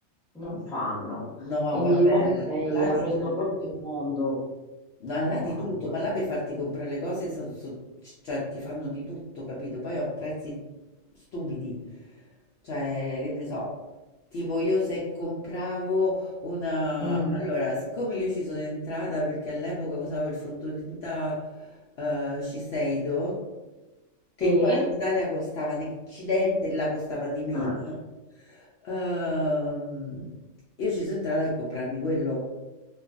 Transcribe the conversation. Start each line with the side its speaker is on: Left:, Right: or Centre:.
Centre: non fanno.
Left: No,
Centre: Quindi
Left: va bene,
Centre: mo mi stai
Left: là
Centre: aprendo
Left: di tutto.
Centre: proprio un mondo
Left: No, là
Centre: bello.
Left: di tutto, ma là per farti comprare le cose, so- so- c- cioè ti fanno di tutto, capito? Poi a prezzi stupidi, cioè che ne so, tipo io se compravo una...
Centre: Mm.
Left: Allora, siccome io ci sono entrata perché all'epoca usavo il fondotinta eh, Shiseido, che
Centre: Te?
Left: qua in Italia costava un accidente, là costava di meno,
Centre: Ah.
Left: ehm, io ci sono entrata per comprarmi quello.